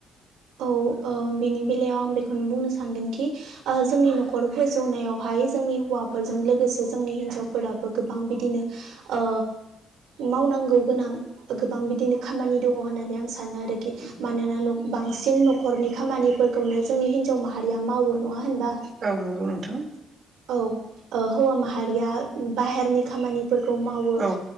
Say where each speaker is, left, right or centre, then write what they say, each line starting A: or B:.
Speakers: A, on the right; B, on the right.
A: औ ओ बिनि बेलायाव आं बेखौनो बुंनो सानगोन कि ओ जोंनि नखर फोजौनायावहाय जों जोंनि हौवाफोरजों लोगोसे जोंनि हिनजावफोराबो गोबां बिदिनो ओ मावनांगौ गोनां गोबां बिदिनो खामानि दङ होननानै आं सानो आरोखि मानोना न बांसिन नख नखरनि खामानिफोरखौनो जोंनि हिनजाव माहारिया मावो नङा होनबा
B: औ नंगौ नोंथां
A: औ ओ हौवा माहारिया बाहेरनि खामानिफोरखौ मावो ओ
B: औ